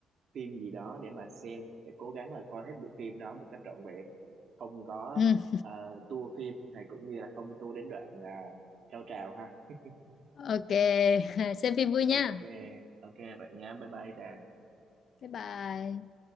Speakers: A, on the right (about 60°); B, on the left (about 60°).
A: phim gì đó để mà xem để cố gắng là coi hết bộ phim đó một cách trọn vẹn không có
B: ừ.
A: uh, tua phim hay cũng như là không tua đến đoạn à, cao trào ha
B: ok. <laughs> Xem phim vui nha.
A: ok ok vậy nhá bye bye Trà
B: bye bye